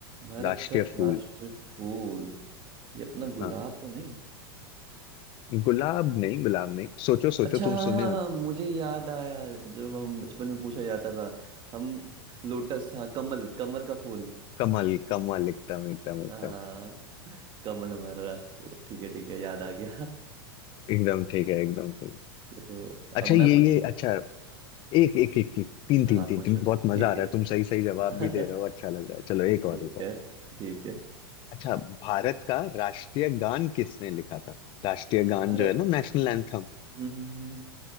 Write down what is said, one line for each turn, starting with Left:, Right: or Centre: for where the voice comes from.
Right: भारत
Left: राष्ट्रीय
Right: का
Left: फूल
Right: राष्ट्र फूल ये अपना गुलाब
Left: हाँ
Right: तो नहीं
Left: गुलाब नहीं गुलाब नहीं सोचो सोचो
Right: अच्छा हाँ
Left: तुम सुने
Right: हाँ हाँ
Left: हो
Right: मुझे याद आया जब हम बचपन में पूछा जाता था हम लोटस हाँ कमल कमल का फूल
Left: कमल कमल एकदम एकदम एकदम
Right: हाँ कमल हमारा राष्ट्र है। ठीक है ठीक है याद आ गया
Left: एकदम ठीक है एकदम ठीक है।
Right: चलो
Left: अच्छा
Right: अब
Left: ये
Right: मैं पूछू
Left: ये अच्छा एक एक एक, एक तीन तीन
Right: हाँ
Left: तीन
Right: पूछो
Left: तीन बहुत मजा
Right: ठीक
Left: आ रहा
Right: है
Left: है
Right: <laughs>
Left: तुम सही सही जवाब भी दे रहे हो अच्छा लग रहा है चलो एक
Right: ठीक
Left: और एक और
Right: है ठीक है
Left: अच्छा भारत का राष्ट्रीय गान किसने लिखा था राष्ट्रीय
Right: भारत
Left: गान जो है ना नेशनल एंथम
Right: हम्म, हम्म, हम्म, हम्म।